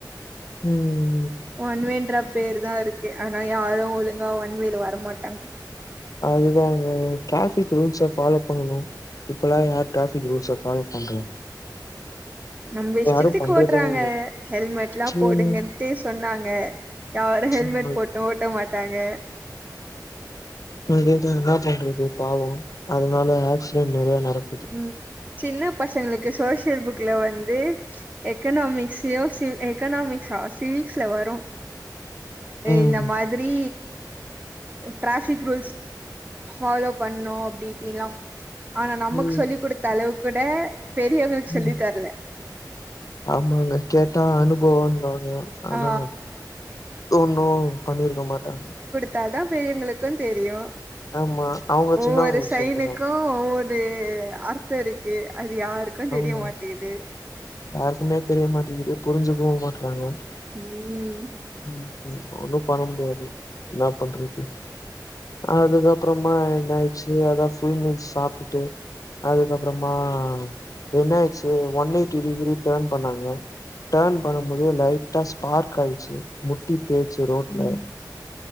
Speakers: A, on the left; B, on the right.
A: ம்
B: ஒன்வேன்ற பேருதாருக்கு ஆனா யாரு ஒழுங்கா ஒன்வேல வரமாட்டாங்க
A: அதுதாங்க டிராஃபிக் ரூல்ஸ ஃபாலோ பண்ணனு இப்பல்லா யார் ட்ராபிக் ரூல்ஸ ஃபாலோ பண்றா
B: நம்ப இஷ்டத்துக்கு
A: யாரு பண்றதே
B: ஓட்டறாங்க
A: இல்ல
B: ஹெல்மெட்ல்லா போடுங்கண்டு
A: ம்
B: சொன்னாங்க யாரு ஹெல்மெட்
A: ஆமாங்க
B: போட்டு ஓட்ட மாட்டாங்க
A: அதேதா என்னா பண்றது பாவோ அதனால ஆக்சிடென்ட் நெறைய நடக்
B: ம் சின்ன பசங்களுக்கு சோசியல் புக் க்ல வந்து எக்கனாமிக்ஸ் சியோசியல் எக்கனாமிக்ஸ்சா சிவிக்ஸ்ல வரு
A: ம்
B: இந்த மாத்ரி டிராபிக் ரூல்ஸ் ஃபாலோ பண்ணு அப்டி இப்டின்ல்லா ஆனா நமக்
A: ம்
B: சொல்லிக் குடுத்த அளவு கூட பெரியவங்களுக்கு சொல்லி
A: ம்
B: தரல
A: ஆமாங்க கேட்டா அனுபவோன்வாங்க ஆனா
B: ஆ
A: தொன்னு பண்ணிருக்க மாட்டங்க
B: த்தாதா பெரியவங்குளுக்குன் தெரியு
A: ஆமா அவுங்க
B: ஒவ்வொரு
A: சின்னவங்களுக்
B: சைனுக்கு
A: சொல்லி தருவாங்
B: ஒவ்வொரு அர்த்தோ இருக்கு அது யாருக்கு தெரிய
A: ஆமா
B: மாட்டேது
A: யாருக்குமே தெரிய மாட்டேங்கிது புரிஞ்சுக்கவு மாட்றாங்க
B: ம்
A: ம் ஒன்னு பண்ண முடியாது என்னா பண்றது அதுக்கப்பறமா என்ன ஆயிட்ச்சு அதா ஃபுல் மீல்ஸ் சாப்ட்டுட்டு அதுக்கப்பறமா Reynolds one eighty degree turn பண்ணாங்க டர்ன் பண்ணம்போது லைட்டா ஸ்பார்க் ஆயிச்சு முட்டி தேச்சு ரோட்ல